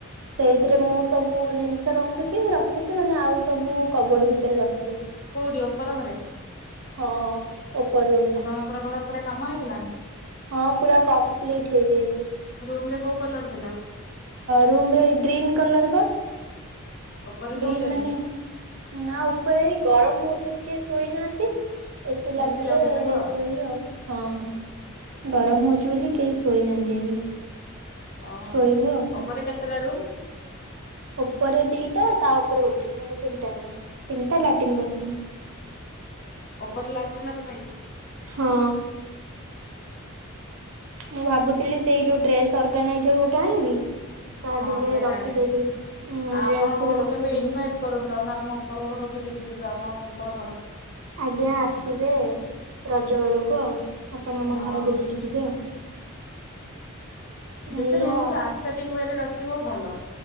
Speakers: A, on the right (about 65°); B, on the left (about 40°).
A: ସେଇଥିରେ ମୁଁ ସବୁ ଜିନିଷ ରଖୁଛି ରଖୁଛି ମାନେ ଆଉ ସବୁ କବଡ ଭିତରେ ରଖ
B: କୋଉଠି ଉପର ଘରେ
A: ହଁ ଉପର ରୁମ ରେ
B: ଆପଣଙ୍କ ଉପର ଘର ପୁରା କାମ ହେଇଗଲାଣି
A: ହଁ ପୁରା କମ୍ପ୍ଲିଟ ହେଇଯାଇଛି
B: ରୁମ କୋଉ କଲର୍ ଦେଲ
A: ରୁମ ରେ ଗ୍ରୀନ୍ କଲର ବା
B: ଉପରେ
A: ଗ୍ରୀନ୍
B: ଶୋଉଛନ୍ତି?
A: ମାନେ ନା ଉପରେ ଏଇ ଗରମ ହଉ ସେଠି କିଏ ଶୋଇନାହାନ୍ତି। ଏସି ଲାଗିଲେ
B: ଏସିି ଲଗେଇଦବ ଆଉ
A: ଶୋଇବେ ଆଉ ହଁ ଗରମ ହଉଛି ବୋଲି କେ କେହି ସୋଇନାନ୍ତି ଏବେ
B: ଓହୋ
A: ଶୋଇବୁ ଆଉ
B: ଉପରେ କେତେ ତି ଟା ରୁମ୍।
A: ଉପରେ ଦିଟା ତା ଉପରେ ଗୋଟେ ମାନେ ତିନି ଟା ରୁମ୍। ତିନିଟା ଲାଟ୍ରିନ୍ ବାଥରୁମ୍।
B: ଉପପର ଲାଟ୍ରନ୍ ମାତ୍ର ନାହିଛି
A: ହଁ ମୁଁ ଭାବୁଥିଲି ସେଇ ଯୋଉ ଡ୍ରେସ ଅର୍ଗାନାଇଜର ଗୋଟେ ଆଣିବି ତା
B: ହଁ
A: ଦେହରେ
B: ସେଇଟାଣି
A: ରଖିଦେବି।
B: ଆଉ
A: ହୁଁ ଡ୍ରେସ
B: ଆପଣ
A: ଗୁଡା
B: ଘରୁ
A: ରଖିଦେବି
B: କେବେ ଇନଭାଇଟ କରନ୍ତୁ ଆମେ ଆମ ଉପର ଘର ବୁଲିକି ଯିବେ ଆପଣଙ୍କ ଉପର ଘର
A: ଆଜ୍ଞା ଆସିବେ ରଜ ବେଳକୁ ଆଉ ଆପଣ ଆମ
B: ହଁ
A: ଘର ବୁଲିକି ଯିବେ ଆଉ
B: ଯେତେ
A: ଏଇଆ
B: ରୁମ
A: ଆଉ
B: କ ଆସ୍ତା ଟିକ ୱେ ର ଦେଖିବ ଭଲ।